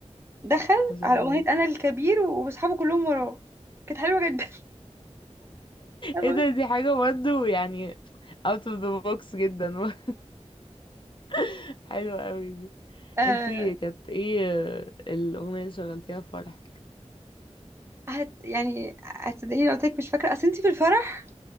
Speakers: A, on the right (about 20°); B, on the left (about 45°).
A: دخل
B: ما شاء
A: على
B: الله
A: اغنية انا الكبير واصحابه كلهم وراه كانت حلوة جدا <laughs> حلوة.
B: ايه ده دي حاجة برضه يعني out of the box جدا <laughs> حلوة قوي دي
A: آه،
B: انتي كانت ايه الأغنية اللي شغلتيها في فرح
A: هت يعني هتصدقيني لو قلت لك مش فاكرة اصل انت في الفرح